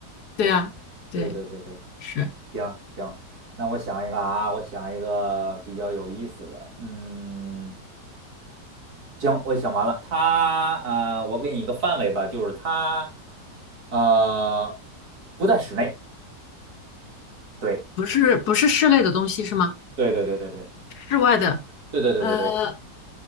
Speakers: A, on the left; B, on the right.
A: 对呀，
B: 对吧？
A: 对，
B: 对对对对，
A: 是
B: 行行，那我想一个啊，我想一个比较有意思的，嗯。行，我想完了，它呃，我给你一个范围吧，就是它呃不在室内。对，
A: 不是不是室内的东西是吗？
B: 对对对对对
A: 室外的，
B: 对对对对对。
A: 呃，